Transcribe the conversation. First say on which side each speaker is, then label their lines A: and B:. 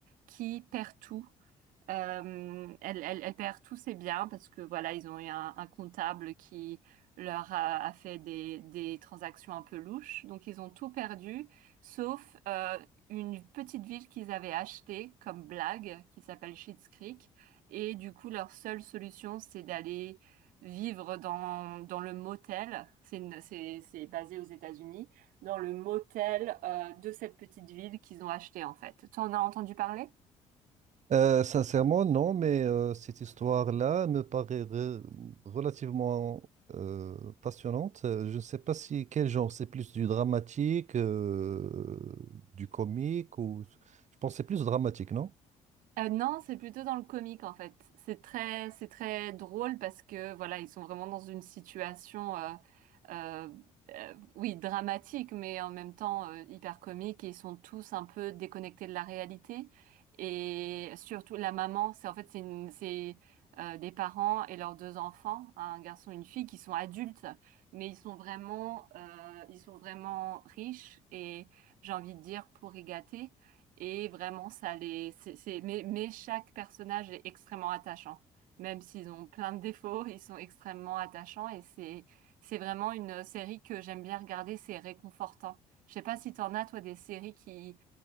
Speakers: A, on the right (about 80°); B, on the right (about 60°).
A: qui perd tout euh, elle, elle, elle perd tous ses biens parce que voilà, ils ont eu un, un comptable qui leur a, a fait des, des transactions un peu louches. Donc ils ont tout perdu, sauf euh, une petite ville qu'ils avaient achetée comme blague, qui s'appelle Schitt's Creek. Et du coup, leur seule solution, c'est d'aller vivre dans, dans le motel. C'est une- c'est, c'est basé aux États-Unis, dans le motel euh, de cette petite ville qu'ils ont achetée en fait. T'en as entendu parler?
B: Euh, sincèrement, non, mais euh, cette histoire-là me paraît re- relativement euh, passionnante. Euh, Je ne sais pas si quel genre, c'est plus du dramatique, euh, du comique ou je pense que c'est plus dramatique, non?
A: Euh, non, c'est plutôt dans le comique en fait. C'est très, c'est très drôle parce que voilà, ils sont vraiment dans une situation, euh, euh, euh, oui, dramatique, mais en même temps euh, hyper comique. Et ils sont tous un peu déconnectés de la réalité. Et surtout la maman, c'est en fait c'est une- c'est euh, des parents et leurs deux enfants, un garçon et une fille, qui sont adultes, mais ils sont vraiment, euh, ils sont vraiment riches et j'ai envie de dire pourri gâtés. Et vraiment, ça les, c'est, c'est- mais, mais chaque personnage est extrêmement attachant. Même s'ils ont plein de défauts, ils sont extrêmement attachants et c'est, c'est vraiment une série que j'aime bien regarder, c'est réconfortant. Je sais pas si t'en as, toi, des séries qui,